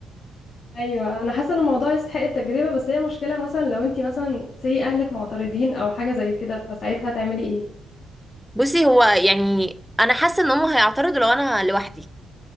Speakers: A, on the left; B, in the centre.
A: ايوه انا حاسه ان الموضوع يستحق التجربه بس هي مشكله مثلا لو انت مثلا سي اهلك معترضين او حاجه زي كده فساعتها هتعملي ايه
B: بصي هو يعني انا حاسه ان هم هيعترضوا لو انا لوحدي